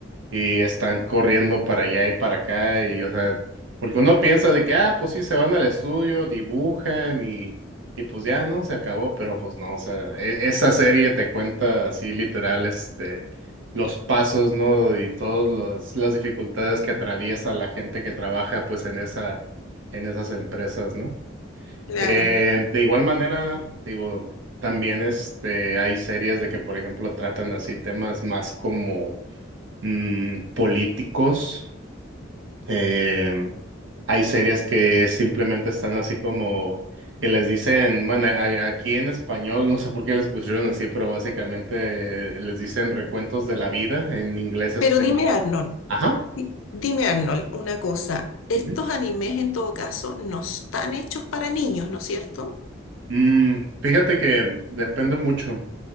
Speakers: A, on the right; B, on the left.
A: y están corriendo para allá y para acá y, o sea, porque uno piensa de que, ah, pues sí, se van al estudio, dibujan y, y pues ya, ¿no? Se acabó, pero pues no, o sea, e- esa serie te cuenta así literal, este, los pasos, ¿no? Y todas las las dificultades que atraviesa la gente que trabaja, pues, en esa, en esas empresas, ¿no?
B: claro.
A: Eh, de igual manera, digo, también, este, hay series de que, por ejemplo, tratan así temas más como mm, políticos. Em, hay series que simplemente están así como que les dicen, bueno, a- aquí en español, no sé por qué les pusieron así, pero básicamente eh, les dicen recuentos de la vida. En inglés es
B: Pero
A: como,
B: dime, Arnold,
A: ajá.
B: di- dime, Arnold, una cosa. Estos
A: Ujú.
B: animes, en todo caso, no están hechos para niños, ¿no es cierto?
A: Mm, fíjate que depende mucho,